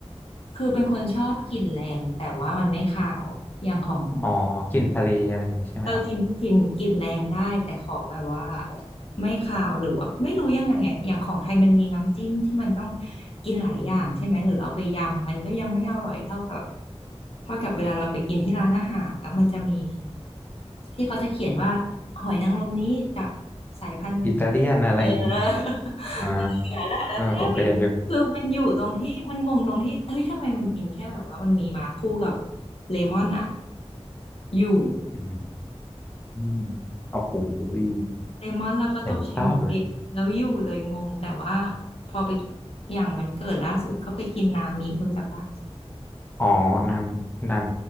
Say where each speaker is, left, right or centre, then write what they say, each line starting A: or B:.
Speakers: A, on the left; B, on the left.
A: คือเป็นคนชอบกลิ่นแรงแต่ว่ามันไม่คาวอย่างของ
B: อ๋อกลิ่นทะเลอะไรอย่างนี้ใช่ไหมครับ
A: เออกลิ่นกลิ่นกลิ่นแรงได้แต่ขอแบบว่าไม่คาวหรือว่าไม่รู้ยังไงอ่ะอย่างของไทยมันมีน้ำจิ้มที่มันต้องกินหลายอย่างใช่ไหมหรือเอาไปยำมันก็ยังไม่อร่อยเท่ากับเท่ากับเวลาเราไปกินที่ร้านอาหารแล้วมันจะมีที่เขาจะเขียนว่าหอยนางรมนี้จากสายพันธุ์
B: อิตาเลียนอะไรอย่างนี้
A: เออ
B: อ่า
A: <laughs> แต่ละแล้วแค่บิบคือมันอยู่ตรงที่มันงงตรงที่เอ้ยทำไมมันกินแค่แบบว่ามันมีมาคู่กับ
B: ผมเคยเห็นอยู่
A: เลมอนอ่ะอยู่
B: อืมโอ้โหย
A: เลมอนแล้วก็ตบแชมเปญแล้วอยู่เลยงงแต่ว่า
B: เห็นภาพเลย
A: พอไปอย่างวันเกิดล่าสุดก็ไปกินนามิรู้จักปะ
B: อ๋อนามนาม